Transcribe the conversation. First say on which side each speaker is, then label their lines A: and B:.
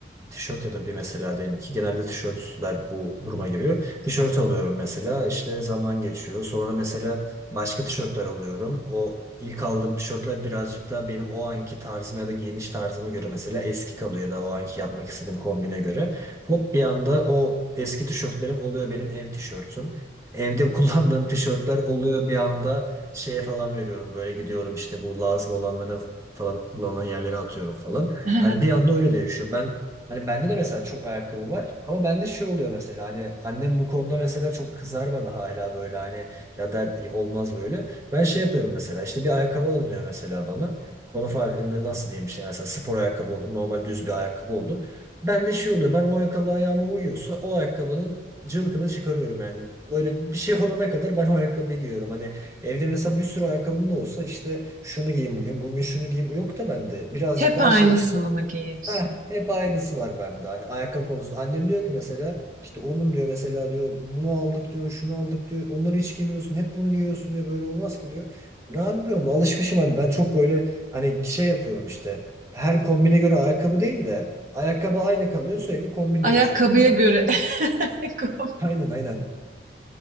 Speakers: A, on the right; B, on the right.
A: tişört ya da bir mesela diyelim ki genelde tişörtler bu duruma giriyor. Tişört alıyorum mesela işte zaman geçiyor. Sonra mesela başka tişörtler alıyorum. O ilk aldığım tişörtler birazcık daha benim o anki tarzıma ya da giyiniş tarzıma göre mesela eski kalıyor ya da o anki yapmak istediğim kombine göre. Hop bir anda o eski tişörtlerim oluyor benim ev tişörtüm. Evde <laughs> kullandığım tişörtler oluyor bir anda şeye falan veriyorum. Böyle gidiyorum işte bu lazım olanlara falan kullanılan yerlere atıyorum falan.
B: <laughs>
A: Hani bir anda öyle değişiyor. Ben Hani bende de mesela çok ayakkabı var ama bende şey oluyor mesela hani annem bu konuda mesela çok kızar bana hala böyle hani ya der "Ya olmaz böyle. Ben şey yapıyorum mesela işte bir ayakkabı alınıyor mesela bana. Konu farkında nasıl diyeyim işte mesela spor ayakkabı olur normal düz bir ayakkabı olur. Bende şey oluyor ben o ayakkabı ayağıma uyuyorsa o ayakkabının cılkını çıkarıyorum yani. Böyle bir şey olana kadar ben o ayakkabıyı giyiyorum. Hani evde mesela bir sürü ayakkabım da olsa işte şunu giyeyim bugün, bugün şunu giyeyim. Yok da bende birazcık
B: Hep
A: daha
B: aynısını
A: şey işte
B: mı giyiyorsun?
A: Heh, hep aynısı var bende. Hani ayakkabı konusunda. Annem diyor ki mesela işte oğlum diyor mesela diyor bunu aldık diyor şunu aldık diyor. Onları hiç giymiyorsun. Hep bunu giyiyorsun diyor. Böyle olmaz ki diyor. Ne yapıyorum? Alışmışım hani. Ben çok böyle hani şey yapıyorum işte. Her kombine göre ayakkabı değil de ayakkabı aynı kalıyor. Sürekli kombin
B: Ayakkabıya
A: değiştiriyorum ama
B: göre.
A: mesela
B: <laughs>
A: ben.
B: Kom-
A: Aynen aynen.